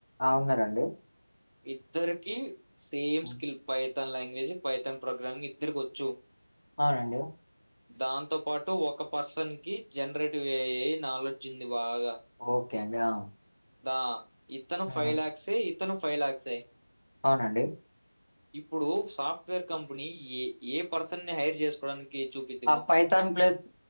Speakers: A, on the left; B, on the right.
A: ఆ ఉన్నారండి
B: ఇద్దరికి సేమ్
A: హ్మ్.
B: Skill Python language Python program ఇద్దరికి వచ్చు
A: అవునండి
B: దాంతో పాటు ఒక పర్సన్ కి జనరేటివ్ ఏఐ నాలెడ్జ్ ఉంది బాగా
A: ఓకే అండి ఆ
B: దా ఇతను
A: హ్మ్
B: ఫైవ్ లాక్స్ ఇతను ఫైవ్ లాక్స్
A: అవునండి
B: ఇప్పుడు సాఫ్ట్వేర్ కంపెనీ ఏ ఏ పర్సన్ ని హైర్ చేసుకోవడానికి చూపి
A: ఆ పైథాన్ ప్లేస్